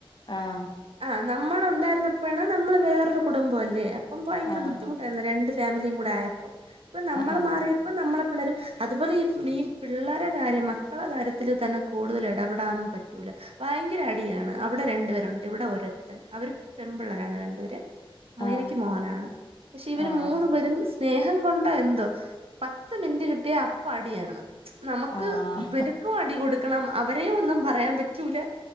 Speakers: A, on the left (about 50°); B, on the right (about 85°).
A: ആഹ്
B: ആ് നമ്മള് ഉണ്ടായിരുന്ന പ്പോഴാണ് നമ്മള് വേറൊരു കുടുംബം അല്ലേ അപ്പം ഭയങ്കര
A: ആഹ്
B: ബുദ്ധിമുട്ട് ഒന്ന്, രണ്ട് ഫാമിലിയും കൂടെ ആയപ്പോ ഇപ്പ നമ്മള്
A: ആഹ്
B: മാ ഇപ്പം നമ്മളെ പിള്ളരും അതുപോലെ ഈ ഈ പിള്ളേരെ കാര്യം മക്കളെ കാര്യത്തിൽ തന്നെ കൂടുതൽ ഇടപെടാൻ പറ്റൂല ഭയങ്കര അടിയാണ് അവിടെ രണ്ടു പേരുണ്ട് ഇവിടെ ഒരത്ത അവര് പെൺപിള്ളരാണ് രണ്ടൂര്. മോയനക്ക്
A: ആഹ്
B: മോനാണ് പക്ഷെ ഇവര്
A: ആഹ്
B: മൂന്നു പേരും സ്നേഹം കൊണ്ടെ എന്തോ. പത്ത് മിനിറ്റ് കിട്ടിയ അപ്പം അടിയാണ്. നമുക്ക്
A: ആഹ്
B: ഇവര് അടി കൊടുക്കണം അവരെയ ഒന്നും പറയാൻ പറ്റ റ്റുല